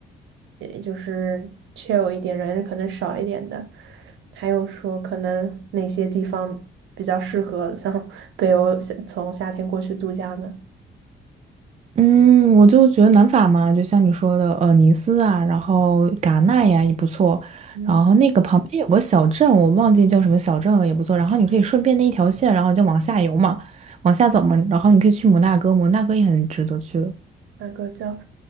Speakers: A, on the right (about 75°); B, on the right (about 35°).
A: 也就是 chill 一点，人可能少一点的。还有说可能哪些地方比较适合 <laughs> 像北欧夏从夏天过去度假呢？
B: 嗯，我就觉得南法嘛，就像你说的，呃，尼斯啊，然后戛纳呀也不错，
A: 嗯，
B: 然后那个旁边有个小镇，我忘记叫什么小镇了，也不错。然后你可以顺便那一条线，然后就往下游嘛，往下走嘛，然后你可以去摩纳哥，摩纳哥也很值得去了。
A: 那个叫